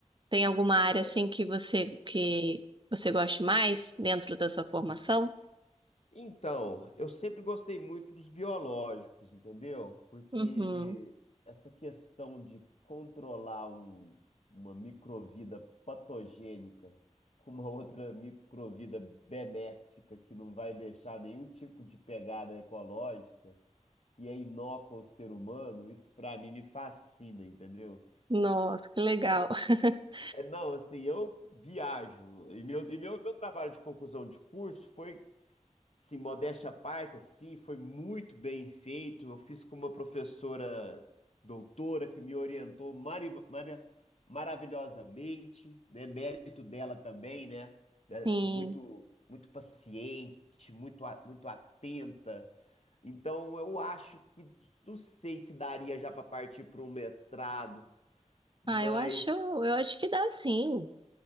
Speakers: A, on the right; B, on the left.
A: Tem alguma
B: Sim,
A: área, assim, que você que você goste mais dentro da sua formação?
B: Então, eu sempre gostei muito dos biológicos, entendeu? Porque
A: Uhum.
B: essa questão de controlar um- uma microvida patogênica com uma outra microvida benéfica que não vai deixar nenhum tipo de pegada ecológica, que é inócua ao ser humano, isso pra mim me fascina, entendeu?
A: Nossa, que legal. <laughs>
B: É, não, assim, eu viajo. E meu, e meu, meu trabalho de conclusão de curso foi Sim, modéstia à parte, assim, foi muito bem feito. Eu fiz com uma professora doutora que me orientou mari- mari- maravilhosamente, né? Mérito dela também, né? Né?
A: Sim.
B: Muito, muito paciente, muito, a- muito atenta. Então, eu acho que não sei se daria já para partir para um mestrado, mas
A: Ah, eu acho, eu acho que dá sim.